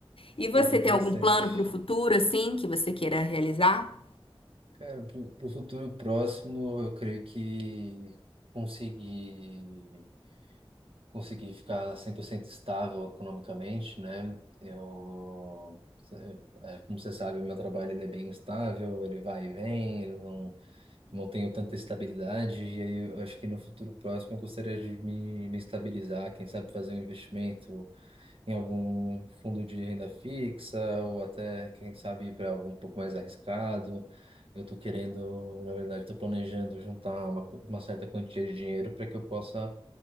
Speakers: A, on the left (about 70°); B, on the right (about 70°).
A: E você
B: Pô, que interessante.
A: tem algum plano para o futuro, assim, que você queira realizar?
B: Cara, pro, pro futuro próximo, eu creio que conseguir, conseguir ficar 100% estável economicamente, né? Eu, é, é, como você sabe, o meu trabalho ele é bem estável, ele vai e vem, eu não, eu não tenho tanta estabilidade, e aí eu acho que no futuro próximo eu gostaria de me, me estabilizar, quem sabe fazer um investimento, em algum fundo de renda fixa ou até, quem sabe, para algo um pouco mais arriscado. Eu estou querendo, na verdade, estou planejando juntar uma, co- uma certa quantia de dinheiro para que eu possa